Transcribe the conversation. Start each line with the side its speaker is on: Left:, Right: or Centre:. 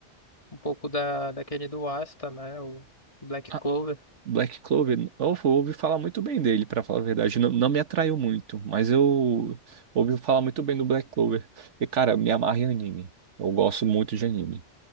Left: um pouco da, daquele do Asta, né? O Black
Right: Ah,
Left: Clover.
Right: Black Clover, eu ouvi falar muito bem dele, pra falar a verdade. Não, não me atraiu muito, mas eu ouvi falar muito bem do Black Clover. E, cara, me amarra em anime. Eu gosto muito de anime.